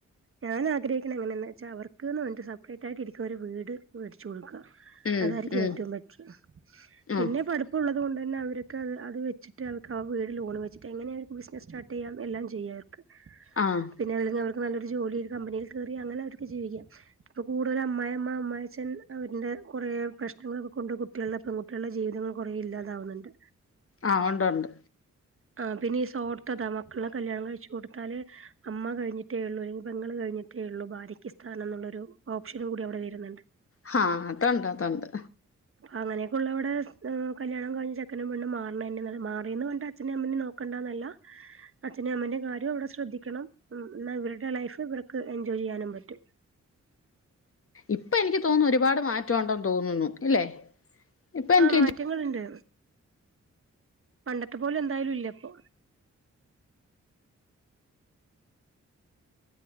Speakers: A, on the right (about 45°); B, on the left (about 50°).
A: ഞാൻ ആഗ്രഹിക്കണ എങ്ങനെ ന്ന് വച്ചാ അവർക്ക്ന്ന് സെപ്പറേറ്റ് ആയിട്ട്ഇരിക്കുന്ന ഒരു വീട് മേടിച്ചു കൊടുക്ക
B: ഉം
A: അതായിരിക്കും
B: ഉം
A: ഏറ്റവും ബെറ്റർ പിന്നെ
B: ഉം
A: പടു പ്പുള്ളത് കൊണ്ട്ന്നെ അവരൊക്ക അത് അത് വെച്ച് വിറ്റ അവർക്ക് ആ വീട് ലോൺ വെച്ചിട്ട് എങ്ങനെ അവർ ബിസസ് സ്റ്റാർട്ട് ചെയ്യാം എല്ലാം ചെയ്യാം അവർക്ക്
B: ആഹ്
A: പിന്നെ അല്ലെങ്കിൽ അവർക്ക് നല്ലരു ജോലി ഒരു കമ്പനിയിൽ കയറി അങ്ങനെ അവർക്ക് ജീവിക്കാം ഇപ്പൊ കൂടുതലും അമായി അമ്മ അമായി അച്ഛൻ അവരിന്റെ കുറെ പ്രശ്നങ്ങളൊക്കെ കൊണ്ട് കുട്ടികള പെൺകുട്ടികളുടെ ജീവിതങ്ങൾ കുറേ ഇല്ലാതാവുന്നുണ്ട്
B: ആഹ് ഉണ്ട് ഉണ്ട്
A: ആ പിന്നെ ഈ സോർത്തതാ മക്കളെ കല്യാണം കഴിച്ചു കൊടുത്താല് അമ്മ കഴിഞ്ഞിട്ടേള്ളൂ പെങ്ങൾ കഴിഞ്ഞിട്ടേ ഉള്ളൂ ഭാര്യക്ക്സ്ഥാനം എന്നുള്ളൊരു ഓപ്ഷനും കൂടി അവിടെ വരുന്നുണ്ട്
B: ഹാ അതുണ്ട് അതുണ്ട്
A: അങ്ങനൊക്കെയ ഉള്ളവിടെഹ കല്യാണം കഴിഞ്ഞ് ചക്കനും പെണ്ണും മാർ ണെ തന്ന മാറിയന്ന് പറഞ് അച്ഛെനെ അമ്മെ നെ നോക്ക ണ്ടന്നല്ല അച്ഛന അമ്മന്റെയും കാര്യവും അവിടെ ശ്രദ്ധിക്കണം എന്നാ ഇവരുടെ ലൈഫ് - ഇവർക്ക് എൻജോയ് ചെയ്യാനും പറ്റും
B: ഇപ്പം എനിക്ക് തോന്നുന്നു ഒരുപാട് മാറ്റംണ്ടെന്ന് തോന്നുന്നു ഇല്ലേ ഇപ്പൊ എനിക്ക്
A: ആഹ് മാറ്റങ്ങൾ ഉണ്ട് പണ്ടത്തെ പോല എന്തായാലും ഇല്ല ഇപ്പൊ